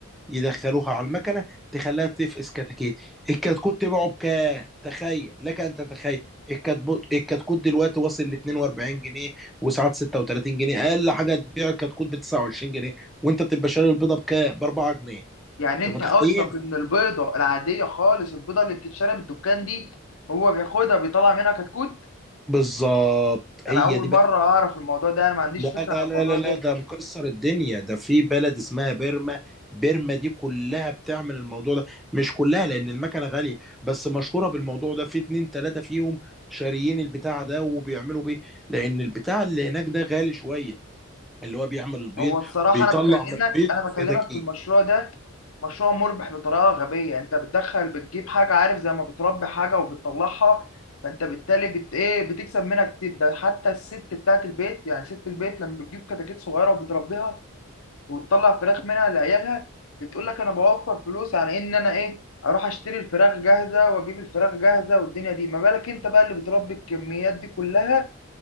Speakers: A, in the centre; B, on the left (about 75°).
A: يدخلوها على المكنه تخليها تفقس كتاكيت الكتكوت تبيعه بكام تخيل لك ان تتخيل الكتكوت الكتكوت دلوقتي واصل ل 42 جنيه وساعات 36 جنيه اقل حاجه تبيع الكتكوت ب 29 جنيه وانت بتبقى شاري البيضه بكام؟ ب 4 جنيه
B: يعني
A: انت
B: انت
A: متخيل؟
B: قصدك ان البيضه العاديه خالص البيضه اللي بتتشرب الدكان دي هو بياخدها بيطلع منها كتكوت
A: بالظبط هي
B: انا اول
A: دي
B: مره
A: بقى
B: اعرف الموضوع ده انا ما عنديش
A: لا
B: فكره
A: لا
B: عن
A: لا
B: الموضوع
A: لا لا
B: ده
A: ده مكسر الدنيا ده في بلد اسمها بيرما بيرما دي كلها بتعمل الموضوع ده مش كلها لان المكنه غاليه بس مشهوره بالموضوع ده في اتنين تلاته فيهم شاريين البتاع ده وبيعملوا بيه لان البتاع اللي هناك ده غالي شويه اللي هو بيعمل البيض
B: هو الصراحه
A: بيطلع
B: انا بكلمك
A: من البيض
B: انا بكلمك
A: كتاكيت
B: في المشروع ده مشروع مربح بطريقه غبيه انت بتدخل بتجيب حاجه عارف زي ما بتربي حاجه وبتطلعها فانت بالتالي بت ايه بتكسب منها كتير ده حتى الست بتاعت البيت يعني ست البيت لما بتجيب كتاكيت صغيره وبتربيها وتطلع فراخ منها لعيالها بتقول لك انا بوفر فلوس عن ان انا ايه اروح اشتري الفراخ جاهزه واجيب الفراخ جاهزه والدنيا دي ما بالك انت بقى اللي بتربي الكميات دي كلها